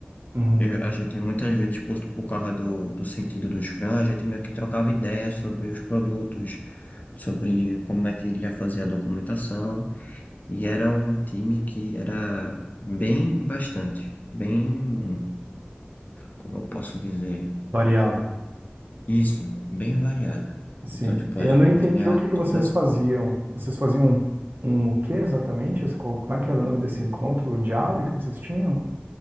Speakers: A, on the right; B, on the left.
A: uhum.
B: Eu- a gente muitas vezes, por, por causa do, do sentido do Scrum, a gente meio que trocava ideias sobre os produtos, sobre como é que iria fazer a documentação, e era um time que era bem bastante, bem, como eu posso dizer,
A: Variado,
B: isso, bem variado.
A: sim.
B: Então, tipo,
A: Eu
B: a gente
A: não entendi
B: tinha
A: o que que
B: toda
A: vocês
B: essa...
A: faziam.
B: questão.
A: Vocês faziam um, um o que exatamente? Esse- qual- Como é que era o nome desse encontro diário que vocês tinham?